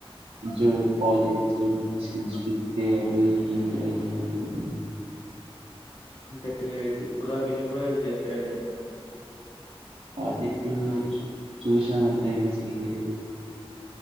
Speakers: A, on the right; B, on the left.
A: <unintelligible>
B: అంటె మీరు టు ఇప్పుడు దాకా ఎన్ని ప్రొవైడ్ చెసారేమి
A: ప్రాజెక్టులు చూసాం అంతే ఏమి చేయలేదు